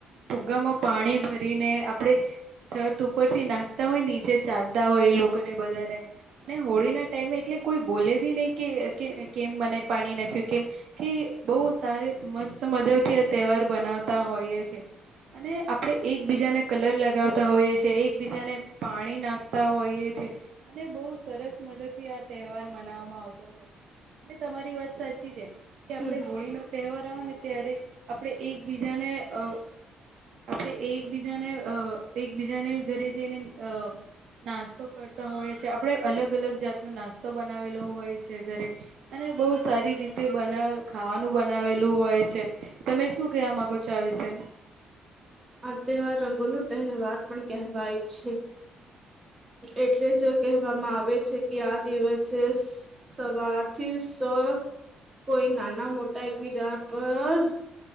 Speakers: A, on the right (about 70°); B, on the right (about 35°).
A: ફુગ્ગામાં પાણી ભરીને આપણેે. છત ઉપરથી નાખતા હોય નીચે ચાલતા હોય એ લોકો ને બધાને. અને હોળી ના ટાઈમે એટલે કોઈ બોલે બી નહી કે કેમ મને પાણી નાખ્યું કેમ કે બહ સારી મસ્ત મજાથી આ તહેવાર બનાવતા હોઈએ છે અને આપણે એકબીજાને કલર લગાવતા હોઈએ છ છેએ એકબીજાને પાણી નાખતા હોઈએ છ છેએ અને બહુ સરસ મજા થી આ તહેવાર મનાવવામાં આવતો હોય છે અને તમારી વાત સાચી છે કે આપે
B: હમ
A: હોળી ન તહેવાર આવે ને ત્યારે આપણે એકબીજાને અ આપણે એકબીજાને અ એકબીજાને ઘરે જઈને અ નાસ્તો કરતા હોય છે આપણે અલગ અલગ જાતનો નાસ્તો બનાવેલો હોય છે ઘરે અને બહુ સારી રીતે બના ખાવાનું બનાવેલું હોય છે તમે શું કયા મામાંગો છો આ વિશે
B: આ તહેવાર રંગો ન તહેવાર પણ કહેવાય છે એટલે જ કહેવામાં આવે છે કે આ દિવસે સવારથી સ કોઈ નાના મોટા એકબીજા પર